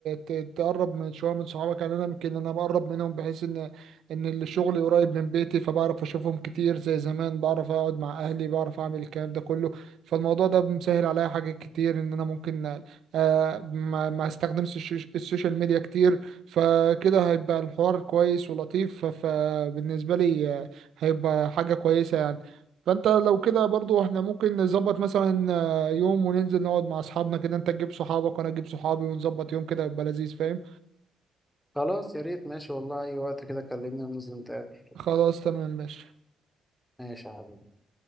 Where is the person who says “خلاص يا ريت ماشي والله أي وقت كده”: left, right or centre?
Centre